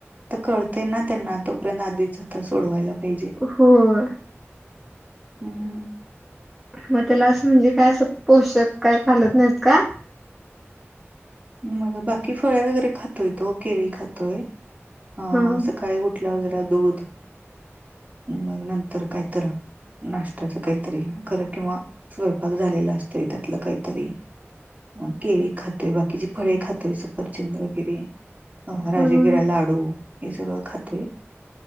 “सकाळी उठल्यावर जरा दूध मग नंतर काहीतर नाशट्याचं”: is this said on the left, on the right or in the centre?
Right